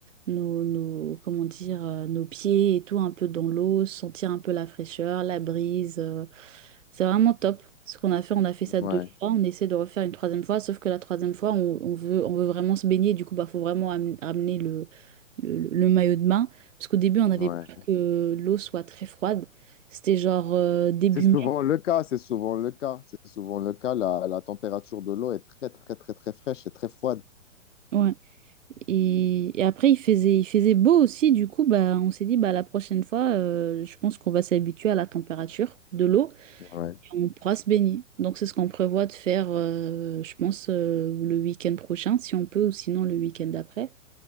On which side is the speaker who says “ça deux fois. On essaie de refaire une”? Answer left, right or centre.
Right